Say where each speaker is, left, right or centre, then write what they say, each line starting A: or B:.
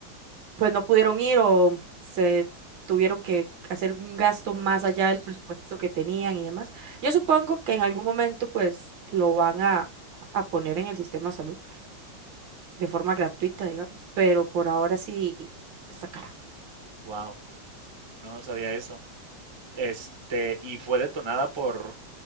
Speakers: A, on the right; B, on the right.
A: pues no pudieron ir o se tuvieron que hacer un gasto
B: que
A: más
B: regresar,
A: allá
B: sí.
A: del presupuesto que tenían y demás. Yo supongo que en algún momento pues lo van a, a poner en el sistema de salud de forma gratuita, digamos, pero por ahora sí está cara.
B: Wow. No, no sabía eso. Este, y fue detonada por,